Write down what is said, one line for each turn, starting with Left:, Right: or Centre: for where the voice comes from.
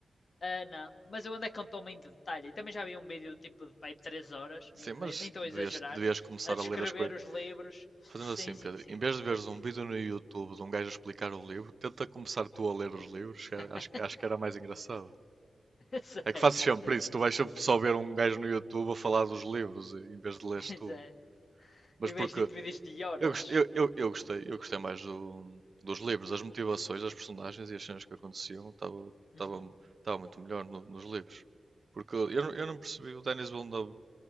Left: Ah, não. Mas eu andei com toma em detalhe. E também já vi um vídeo tipo de pai de 3 horas,
Right: Sim,
Left: nem estou
Right: mas
Left: nem, nem a
Right: devias,
Left: exagerar,
Right: devias começar
Left: a descrever
Right: a ler as, coi
Left: os livros.
Right: Fazendo
Left: Sim,
Right: assim,
Left: sim,
Right: Pedro,
Left: sim.
Right: em vez de
Left: Depois
Right: veres
Left: de
Right: um
Left: ver.
Right: vídeo no YouTube de um gajo a explicar o livro, tenta começar tu a ler os livros,
Left: <laughs>
Right: que era- acho, que- acho que era mais engraçado.
Left: certo.
Right: É que fazes sempre
Left: <laughs>
Right: isso, tu vais sempre só ver um gajo no YouTube a falar dos livros, e- em vez de leres
Left: Exato.
Right: tu. Mas
Left: E
Right: porque
Left: vejo tipo vídeos de horas.
Right: eu, gost- eu, eu, eu gostei, eu gostei mais do- dos livros, as motivações, as personagens e as cenas que aconteciam, estava estava
Left: Uhum.
Right: estava muito melhor no- nos livros. Porque eu, não- eu não percebi, o Denis Villeneuve